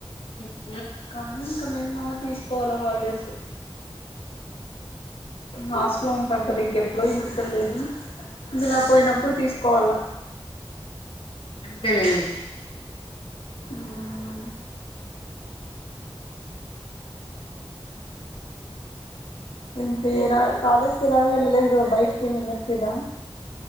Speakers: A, on the left (about 65°); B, on the left (about 90°).
A: మ్
B: కానీ మేమా తీసుకోవాలి హాలిడేస్. హస్ట్లో ఉంటాం కదా ఇం ఎప్పుడో ఇంటితం లేదు. ఇదిలా
A: ఉమ్
B: పోయినప్పుడు తీసుకోవల్ల <inaudible>
A: అంతేలేండి.
B: మ్ మ్ ఇంకా ఇరా కాలేజ్ కి ఎలాగో వెళ్ళలేదు కదా? బైటికేమి ఎల్లట్లేదా?